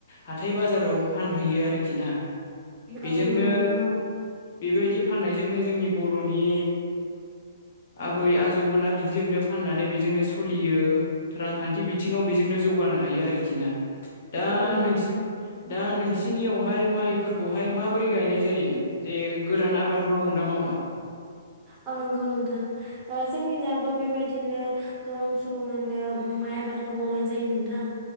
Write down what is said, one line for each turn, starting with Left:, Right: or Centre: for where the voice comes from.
Left: हाथाय बाजाराव फानहैयो आरोखि। ना बेजोंनो
Right: औ नंगौ नोंथां औ
Left: बेबायदि बेजोंनो जोंनि बर'नि आबै आजौमोना बिदिजोंनो फाननानै बेजोंनो सलियो रांखान्थि बिथिङाव बेजों जौगानो हायो आरोखि ना दा
Right: औ नंगौ
Left: नोंसि
Right: नोंथां
Left: दा नों सिनियावहाय माइफोरखौहाय माबोरै गायनाय जायो जे गोरान आबाद मावो ना मावा?
Right: औ नंगौ नोंथां ओ जोंनि जाबो बेबायदिनो गोबां सुबुङानो माइ आबादखौ मावनाय जायो नोंथां।